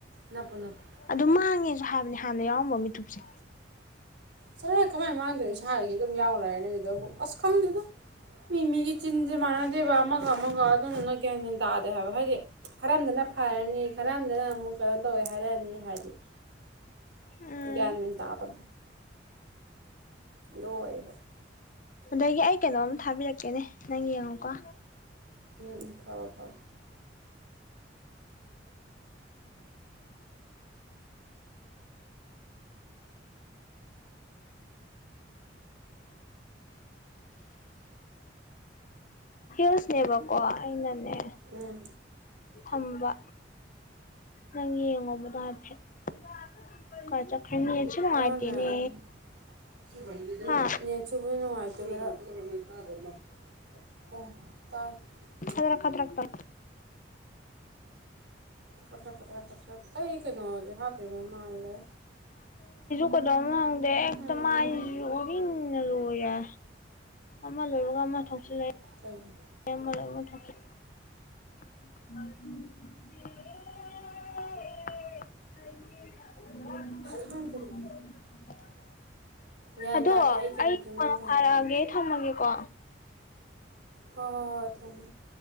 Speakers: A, on the right; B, on the left.
A: ꯅꯞꯄꯨ ꯅꯞꯄꯨ
B: ꯑꯗꯨ ꯃꯥꯡꯉꯦꯁꯨ ꯍꯥꯏꯕꯅꯦ ꯍꯥꯟꯅ ꯌꯥꯎꯔꯝꯕ ꯃꯤꯊꯨꯞꯁꯦ
A: ꯆꯠꯂꯄ ꯍꯦ ꯀꯃꯥꯏꯅ ꯃꯥꯡꯗ꯭ꯔꯦ ꯏꯁꯥꯗꯒꯤ ꯑꯗꯨꯝ ꯌꯥꯎꯔ ꯂꯩꯔꯗꯨ ꯑꯗꯨꯗ ꯑꯁ ꯈꯪꯗ꯭ꯔꯤꯗꯣ ꯃꯤꯃꯤꯒꯤ ꯆꯤꯟꯖ ꯃꯥꯅꯗꯕ ꯑꯃꯒ ꯑꯃꯒ ꯑꯗꯨꯗꯨꯅ ꯅꯒꯌꯥ ꯃꯦꯟꯇꯥꯗ ꯍꯥꯏꯕ ꯍꯥꯏꯔꯦ ꯈꯔꯝꯗꯅ ꯐꯔꯅꯤ ꯈꯔꯝꯗꯅ ꯑꯃꯨꯛ ꯀꯩꯅꯣ ꯇꯧꯋꯦ ꯍꯥꯏꯔꯛꯑꯅꯤ ꯍꯥꯏꯗꯤ
B: ꯎꯝ
A: ꯒ꯭ꯌꯥꯟ ꯃꯦꯟ ꯇꯥꯗꯦ ꯂꯣꯏꯕ
B: ꯑꯗꯒꯤ ꯑꯩ ꯀꯩꯅꯣꯝ ꯊꯥꯕꯤꯔꯛꯀꯦꯅꯦ ꯅꯪ ꯌꯦꯡꯉꯨꯀꯣ
A: ꯎꯝꯝ ꯊꯔꯣ ꯊꯔꯣ
B: ꯏ꯭ꯁꯇꯦꯇꯁ ꯅꯦꯕ ꯑꯩꯅꯅꯦ
A: ꯎꯝ
B: ꯊꯝꯕ ꯅꯪ ꯌꯦꯡꯉꯧꯕꯗꯣ ꯍꯥꯏꯐꯦꯠ ꯆꯈꯅꯤ ꯅꯦꯠꯁꯦ ꯅꯨꯡꯉꯥꯏꯇꯦꯅꯦ
A: ꯍꯥꯏꯔꯣꯅꯦ ꯑꯗꯨꯝ ꯁꯤꯃ ꯍꯤꯒꯦ ꯀꯟꯅ
B: ꯍꯥ
A: <unintelligible>
B: ꯈꯗꯔꯛ ꯈꯗꯔꯛ ꯇ
A: ꯀꯠꯇꯔꯥ ꯀꯠꯇꯔꯥ ꯀꯠꯇ꯭ꯔ ꯑꯩ ꯀꯩꯅꯣ ꯍꯥꯞꯇꯕ ꯃꯥꯜꯂꯦ
B: ꯀꯗꯧ ꯈꯪꯗꯦ ꯍꯦꯛꯇ
A: ꯎꯝ
B: ꯃꯥꯏꯖꯤꯁꯨ ꯎꯔꯤꯡ ꯉꯥꯇ ꯂꯣꯏ ꯌꯥ ꯑꯃ ꯂꯣꯏꯕꯒ ꯑꯃ ꯊꯣꯛꯆꯜꯂꯛꯏ
A: ꯀꯩꯒꯤ
B: ꯃꯔꯛ ꯃꯔꯛ ꯑꯃ ꯊꯣꯛꯆ <unintelligible> <unintelligible>
A: ꯈꯪꯗꯦꯗ ꯒ꯭ꯌꯥꯟ
B: ꯑꯗꯣ
A: ꯇꯥꯗꯦ ꯀꯩꯅꯣꯗꯤ
B: ꯑꯩ ꯀꯣꯟꯅ
A: ꯅꯪ ꯒ꯭ꯌꯥꯟ
B: ꯊꯔꯛꯑꯒꯦ
A: ꯇꯥꯔꯦ
B: ꯑꯩ ꯊꯝꯃꯒꯦꯀꯣ
A: ꯍꯣ ꯍꯣ ꯍꯣꯏ ꯊꯝꯃꯣ